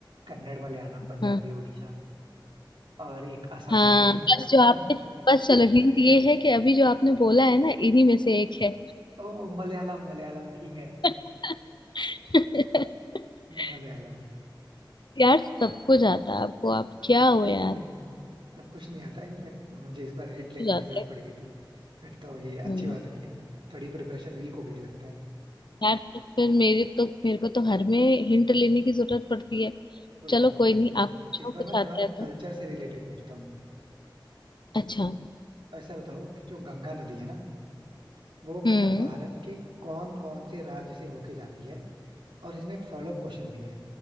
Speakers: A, on the right; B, on the left.
A: कन्नड़ मलयालम
B: हाँ
A: पंजाबी उड़ीसा और एक आसामी
B: हाँ
A: लेकिन
B: बस
A: इसमें भी
B: जो
A: नहीं
B: आपने
A: है
B: बस चलो हिंट ये है कि अभी जो आपने बोला है ना इन्हीं में से एक है
A: ओ मलयालम मलयालम ठीक है
B: <laughs> <laughs>
A: मलयालम
B: यार सबको जाता है आपको आप क्या हो
A: नहीं
B: यार
A: नहीं नहीं नहीं सब कुछ नहीं आता इनफैक्ट मुझे इस बार
B: सबको
A: हिट लेने
B: जाता
A: की जरूरत
B: है
A: पड़ गई थी फिर तो ये अच्छी
B: हम्म,
A: बात नहीं है थोड़ी प्रिपरेशन वीक हो गई लगता है
B: यार तो फिर मेरे तो मेरे को तो हर में हिंट लेने की जरूरत पड़ती है
A: कोई
B: चलो
A: नहीं
B: कोई
A: इस
B: नहीं
A: बार
B: आप पूछो
A: इस
B: कुछ
A: बार मैं
B: आता
A: थोड़ा ना
B: है तो
A: कल्चर से रिलेटेड पूछता हूँ
B: अच्छा
A: ऐसा बताओ कि जो गंगा नदी है ना वो मतलब
B: हम्म
A: भारत के कौन कौन से राज्य से होके जाती है और इसमें एक फॉलोअप क्वेश्चन भी है